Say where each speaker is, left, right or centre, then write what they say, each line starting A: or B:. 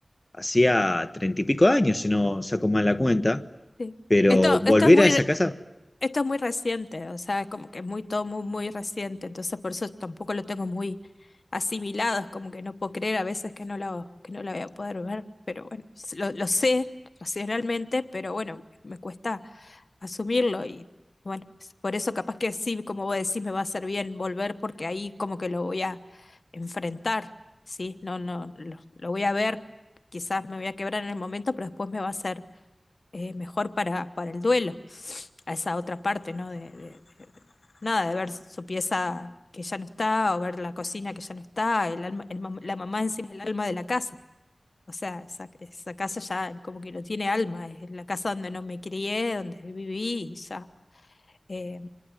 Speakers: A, on the left; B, on the left.
A: hacía treinta y pico años, si no saco mal la cuenta.
B: sí.
A: Pero
B: Esto,
A: volver
B: esto es muy,
A: a esa
B: re-
A: casa
B: esto es muy reciente, o sea, es como que es muy, todo muy, muy reciente, entonces por eso tampoco lo tengo muy asimilado, es como que no puedo creer a veces que no lo, que no lo voy a poder ver, pero bueno, s- lo, lo sé racionalmente, pero bueno, me cuesta. asumirlo y bueno, es por eso capaz que sí, como vos decís, me va a hacer bien volver porque ahí como que lo voy a enfrentar, ¿sí? No, no, lo, lo voy a ver, quizás me voy a quebrar en el momento, pero después me va a ser eh, mejor para, para el duelo, a esa otra parte, ¿no? De, de- de- nada, de ver su pieza que ya no está o ver la cocina que ya no está, el alma, el mam- la mamá encima es el alma de la casa. O sea, esa, esa casa ya como que no tiene alma, es la casa donde no me crié, donde viví y ya eh,